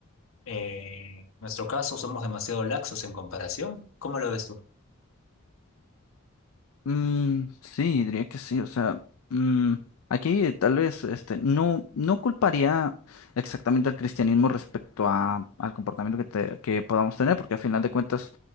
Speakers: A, on the left; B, on the left.
A: Eh, en nuestro caso somos demasiado laxos en comparación. ¿Cómo lo ves tú?
B: Mm, sí, diría que sí. O sea, mm, aquí eh, tal vez este, no, no culparía exactamente al cristianismo respecto a, al comportamiento que, te- que podamos tener, porque a final de cuentas